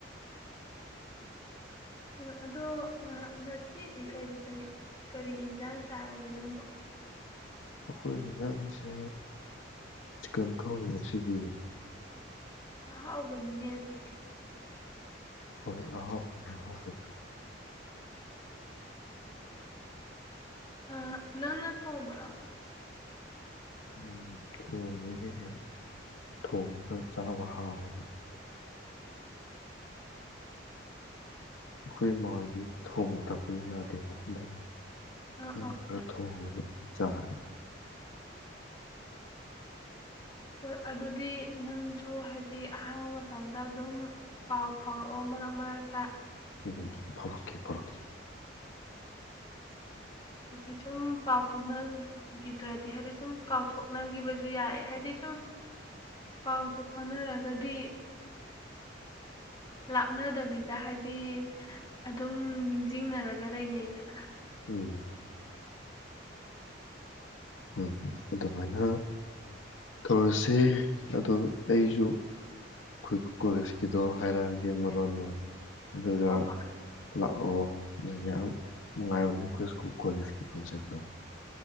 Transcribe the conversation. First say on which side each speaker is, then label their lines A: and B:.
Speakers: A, on the left; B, on the left.
A: ꯎꯝ ꯑꯗꯣ ꯑ ꯉꯁꯤ ꯀꯔꯤ ꯀꯔꯤ ꯀꯔꯤ ꯏꯟꯖꯥꯡ ꯆꯥꯔꯒꯦ ꯅꯪꯕꯨ
B: ꯑꯩꯈꯣꯏ ꯏꯟꯖꯥꯡꯁꯦ ꯆꯤꯀꯟ ꯊꯣꯡꯉꯦ ꯑꯁꯤꯗꯤ
A: ꯑꯍꯥꯎꯕꯅꯤꯅꯦ ꯑꯗꯨꯗꯤ
B: ꯍꯣꯏ ꯑꯍꯥꯎ ꯑꯍꯥꯎꯕꯗꯨꯗꯤ
A: ꯑ ꯅꯪꯅ ꯊꯣꯡꯕꯔꯣ
B: ꯎꯝ ꯊꯣꯡꯉꯦ ꯑꯩꯅ ꯊꯣꯡꯉꯒ ꯆꯥꯕ ꯍꯥꯎꯋꯦꯅ
A: <unintelligible>
B: ꯑꯩꯈꯣꯏ ꯃꯥ ꯍꯣꯏꯗꯤ ꯊꯣꯡꯕ ꯊꯥꯛꯄꯗꯤ ꯌꯥꯗꯦꯕ ꯑꯗꯨꯅ
A: ꯑꯥ
B: ꯑꯩꯅ
A: ꯑꯥ
B: ꯈꯔ ꯊꯣꯡꯉꯒ ꯆꯔꯦ
A: ꯍꯣꯏ ꯑꯗꯨꯗꯤ ꯅꯪꯖꯨ ꯍꯥꯏꯗꯤ ꯑꯍꯥꯡꯕ ꯃꯇꯝꯗ ꯑꯗꯨꯝ ꯄꯥꯎ ꯐꯥꯎꯔꯛꯑꯣ ꯃꯔꯛ ꯃꯔꯛꯇ
B: ꯎꯝ ꯐꯥꯎꯔꯛꯀꯦ ꯐꯥꯎꯔꯛꯀꯦ
A: ꯍꯥꯏꯗꯤ ꯁꯨꯝ ꯄꯥꯎ ꯐꯥꯎꯅꯈꯤꯗ꯭ꯔꯗꯤ ꯍꯥꯏꯗꯤ ꯁꯨꯝ ꯀꯥꯎꯊꯣꯛꯅꯈꯤꯕꯁꯨ ꯌꯥꯏ ꯍꯥꯏꯗꯤ ꯁꯨꯝ ꯄꯥꯎꯁꯦ ꯐꯥꯎꯅꯔꯒꯗꯤ ꯂꯥꯞꯅꯗꯕꯤꯗ ꯍꯥꯏꯗꯤ ꯑꯗꯨꯝ ꯅꯤꯡꯁꯤꯡꯅꯔꯒ ꯂꯩꯅꯩꯗꯅ
B: ꯎꯝ ꯍꯣꯏ ꯍꯣꯏ ꯑꯗꯨꯃꯥꯏꯅꯥ ꯇꯧꯔꯁꯦ ꯑꯗꯣ ꯑꯩꯖꯨ ꯑꯩꯈꯣꯏ ꯀꯣꯂꯦꯖꯀꯤꯗꯣ ꯍꯥꯏꯔꯛꯑꯒꯦ ꯃꯔꯣꯟꯗꯣ ꯑꯗꯨꯒ
A: ꯍꯣꯏ ꯍꯣꯏ
B: ꯂꯥꯛꯑꯣ ꯌꯥꯝ ꯅꯨꯡꯉꯥꯏꯕꯅꯦ ꯑꯩꯈꯣꯏ ꯁ꯭ꯀꯨꯜ ꯀꯣꯂꯦꯖꯀꯤ ꯐꯪꯁꯟꯗꯣ